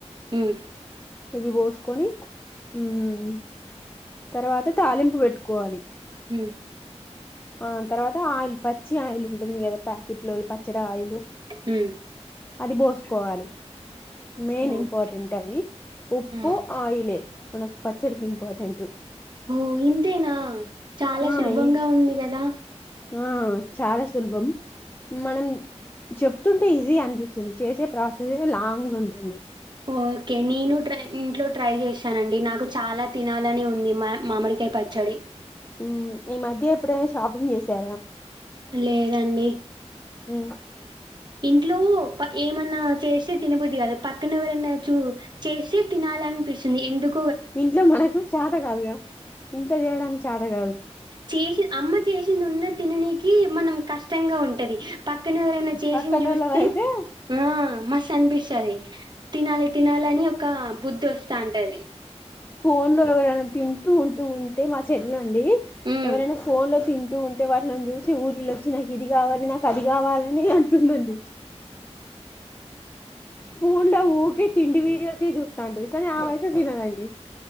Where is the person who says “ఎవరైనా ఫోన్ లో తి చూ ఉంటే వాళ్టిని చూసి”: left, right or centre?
Left